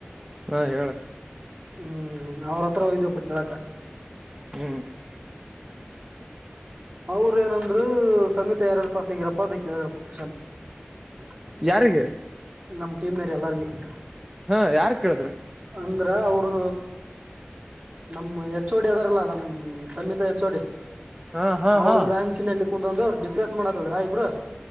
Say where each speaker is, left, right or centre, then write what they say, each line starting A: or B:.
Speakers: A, on the right (about 15°); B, on the right (about 40°).
A: ಹಾ ಹೇಳ
B: ಹ್ಮ್, ಅವರತ್ರ ಹೋಗಿದ್ದೀಯಪ್ಪ ಕೇಳಕ್ಕ? <inaudible>
A: ಹ್ಮ್. <inaudible>
B: ಅವ್ರ, ಏನಂದ್ರು ಸಮೀತಿ, ಯಾರ್ಯಾರು, ಪಾಸ್ ಆಗಿರಿ ಅಂತ ಕೇಳಿದ್ರಪ್ಪ ಕೋಶನ್? <inaudible>
A: ಯಾರಿಗೆ? <inaudible>
B: ನಮ್, ಟೀಮಲಿ, ಇರೋ, ಎಲ್ಲರಿಗೆ? <inaudible>
A: ಹಾ ಯಾರು ಕೇಳಿದ್ರು
B: ಅಂದ್ರ ಅವರು ನಮ್ಮ ಹೆಚ್ಚುಡಿ ಅದಾರಲ್ಲ ನಮ್ಮ ಸಮೀತ ಹೆಚ್ಚು ಡಿ
A: ಹಾ ಹಾ
B: ಓರ್
A: ಹಾ
B: ಬ್ರಾಂಚ್ ಅಲ್ಲಿ ಕುತ್ಕೊಂಡು ಡಿಸ್ಕಷನ್ ಮಾಡತಿದ್ರು ಅವರಿಬ್ರೂ